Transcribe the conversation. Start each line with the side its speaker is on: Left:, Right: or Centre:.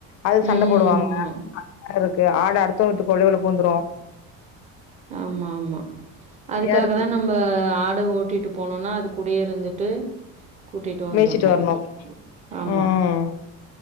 Left: அதுக்கு
Right: ம்
Left: சண்ட போடுவாங்க
Right: ஆமா
Left: அதெல்லாருக்கு ஆடு அடுத்த ஊட்டு கொல்லை உள்ள பூந்துரும்
Right: ஆமா ஆமா அதுக்காக
Left: இருக்கு
Right: தான் நம்ம ஆடு ஓட் ட்டிட்டு போனோனா அது கூடயே இருந்துட்டு கூட்டிட்டு வந்துட்ணும்
Left: மேய்ச்சிட்டு வரணு
Right: ஆமா
Left: ம்